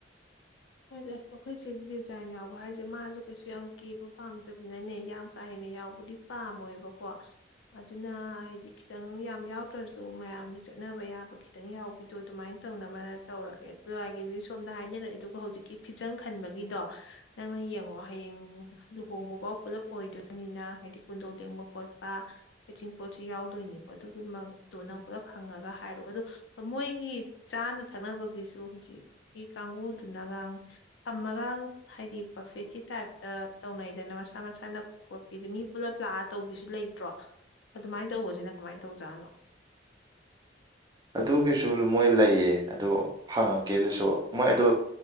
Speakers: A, on the left; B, on the right.
A: ꯍꯣꯏꯗ ꯑꯩꯈꯣꯏ ꯆꯦꯁꯨ ꯗꯤꯖꯥꯏꯟ ꯌꯥꯎꯕ ꯍꯥꯏꯖꯦ ꯃꯥꯁꯨ ꯀꯩꯁꯨ ꯌꯥꯝ ꯀꯦꯕ ꯄꯥꯝꯗꯕꯅꯦ ꯌꯥꯝ ꯀꯥ ꯍꯦꯟꯅ ꯌꯥꯎꯕꯨꯗꯤ ꯄꯥꯝꯃꯣꯏꯕꯀꯣ꯫ ꯑꯗꯨꯅ ꯍꯥꯏꯗꯤ ꯈꯤꯇꯪ ꯌꯥꯝ ꯌꯥꯎꯗ꯭ꯔꯁꯨ ꯃꯌꯥꯝꯒꯤ ꯆꯠꯅꯕ ꯌꯥꯕꯈꯤ ꯈꯤꯇꯪ ꯌꯥꯎꯕꯤꯗꯣ ꯑꯗꯨꯃꯥꯏꯅ ꯇꯧꯅꯕꯅ ꯇꯧꯔꯒꯦ ꯑꯗꯨꯋꯥꯏꯒꯤꯗꯤ ꯁꯣꯝꯅ ꯍꯥꯏꯅꯔꯛꯏ ꯑꯗꯨꯒ ꯍꯧꯖꯤꯛ ꯀꯤ ꯐꯤꯖꯪ ꯈꯟꯕꯒꯤꯗꯣ꯫ ꯅꯪꯅ ꯌꯦꯡꯉꯣ ꯍꯌꯦꯡ ꯂꯨꯍꯣꯡꯕ ꯐꯥꯎ ꯄꯨꯜꯂꯞ ꯑꯣꯏꯗꯣꯏꯅꯤꯅ ꯍꯥꯏꯗꯤ ꯀꯨꯟꯗꯣ ꯂꯦꯡꯕ ꯈꯣꯠꯄ ꯍꯩꯖꯤꯡ ꯄꯣꯠꯁꯨ ꯌꯥꯎꯗꯣꯏꯅꯤꯀꯣ ꯑꯗꯨꯒꯤ ꯃꯉꯥꯛꯇꯣ ꯅꯪ ꯄꯨꯂꯞ ꯍꯪꯉꯒ ꯍꯥꯏꯔꯣ ꯑꯗꯣ ꯃꯣꯏꯒꯤ ꯆꯥꯅ ꯊꯛꯅꯕꯒꯤꯁꯨ ꯍꯧꯖꯤꯛꯀꯤ ꯀꯥꯡꯕꯨꯗꯨꯅꯒꯥꯡ ꯊꯝꯃꯒ ꯍꯥꯏꯗꯤ ꯄꯔꯐꯦꯠꯀꯤ ꯇꯥꯏꯞꯇ ꯇꯧꯅꯩꯗꯅ ꯃꯁꯥ ꯃꯁꯥꯅ ꯈꯣꯠꯄꯤꯗꯤ ꯃꯤ ꯄꯨꯜꯂꯞ ꯂꯥꯛꯑ ꯇꯧꯕꯤꯁꯨ ꯂꯩꯇ꯭ꯔꯣ ꯑꯗꯨꯃꯥꯏꯅ ꯇꯧꯕꯁꯤꯅ ꯀꯃꯥꯏꯅ ꯇꯧꯖꯥꯠꯅꯣ
B: ꯑꯗꯨꯒꯤꯁꯨ ꯃꯣꯏ ꯂꯩꯌꯦ ꯑꯗꯨ ꯍꯪꯉꯛꯀꯦ ꯑꯗꯨꯁꯨ ꯃꯣꯏ ꯑꯗꯨ